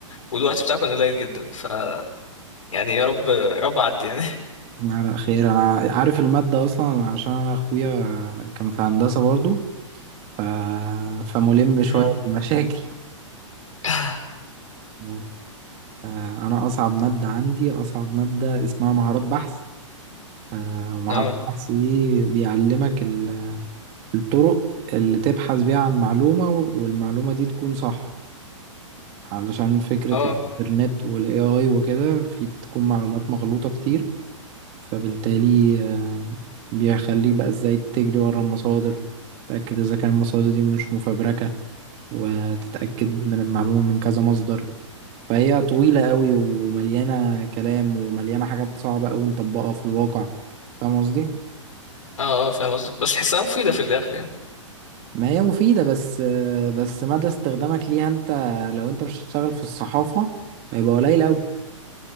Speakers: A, on the left; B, on the right.
A: والوقت بتاعه كان قليل جدا ف يعني يا رب يا رب عدي يعني
B: أنا على خير أنا عارف المادة أصلا عشان أنا أخويا كان في هندسة برضو ف... فملم شوية
A: مم.
B: بالمشاكل
A: <laughs>
B: بس. آه، أنا أصعب مادة عندي أصعب مادة اسمها مهارات بحث آه، مهارات
A: اه
B: بحث دي بيعلمك ال- الطرق اللي تبحث بيها عن معلومة والمعلومة دي تكون صح علشان فكرة
A: اه
B: الإنترنت والاي اي وكده في بتكون معلومات مغلوطة كتير فبالتالي آه، بيخليك بقى ازاي تجري ورا المصادر تتأكد إذا كان المصادر دي مش مفبركة وتتأكد من المعلومة من كذا مصدر فهي طويلة قوي ومليانة كلام ومليانة حاجات صعبة قوي نطبقها في الواقع فاهم قصدي؟
A: اه اه فاهم قصدك بس تحسها مفيده في الاخر يعني
B: ما هي مفيدة بس بس مدى استخدامك ليها انت لو انت مش هتشتغل في الصحافة هيبقى قليل قوي